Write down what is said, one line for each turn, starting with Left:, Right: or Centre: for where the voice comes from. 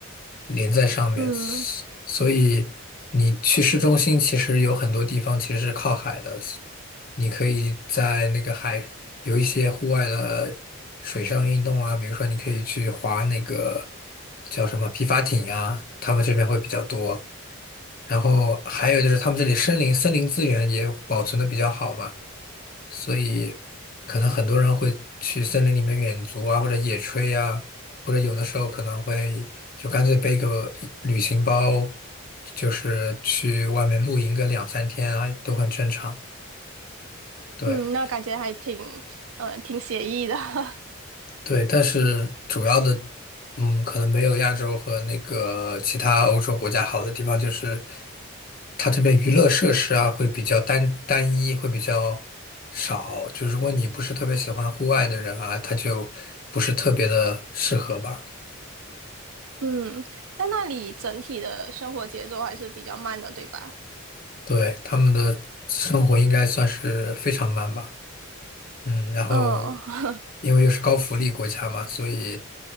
Left: 连在上面，
Right: 嗯。
Left: 所所以你去市中心其实有很多地方其实是靠海的，你可以在那个海有一些户外的水上运动啊，比如说你可以去划那个叫什么皮划艇啊，他们这边会比较多。然后还有就是他们这里森林森林资源也保存的比较好嘛，所以可能很多人会去森林里面远足啊，或者野炊啊，或者有的时候可能会就干脆背个一旅行包，就是去外面露营个两三天啊，都很正常。对。
Right: 嗯，那感觉还挺，呃，挺写意的。<laughs>
Left: 对，但是主要的，嗯，可能没有亚洲和那个其他欧洲国家好的地方，就是它这边娱乐设施啊会比较单单一，会比较少。就如果你不是特别喜欢户外的人啊，他就不是特别的适合吧。
Right: 嗯，但那里整体的生活节奏还是比较慢的，对吧？
Left: 对，他们的生活应该算是非常慢吧。嗯，然后
Right: 嗯，
Left: 因为又是高福利国家嘛，所以